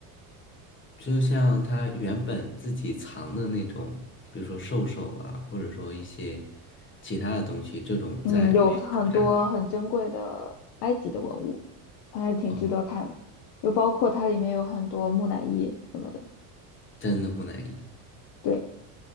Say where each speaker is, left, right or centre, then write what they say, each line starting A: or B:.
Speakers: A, on the left; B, on the left.
A: 就像他原本自己藏的那种，比如说兽首啦，或者说一些其他的东西，这种在没有特展的时候，
B: 嗯，有很多很珍贵的埃及的文物，还是挺值得看的。
A: 哦，
B: 又包括它里面有很多木乃伊什么的。
A: 真的木乃伊
B: 对，